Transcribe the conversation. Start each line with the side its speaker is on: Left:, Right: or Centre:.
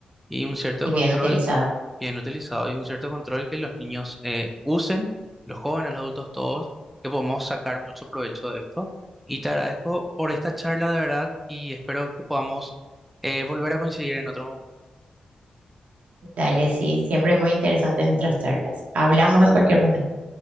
Centre: y un cierto
Right: y
Centre: control.
Right: bien utilizada.
Centre: bien utilizado y un cierto control que los niños eh, usen, los jóvenes, los adultos, todos, que podemos sacar mucho provecho de esto. Y te agradezco por esta charla de verdad y espero que podamos eh, volver a coincidir en otro momento.
Right: Dale, sí, siempre muy interesante nuestras charlas. Hablamos en cualquier momento.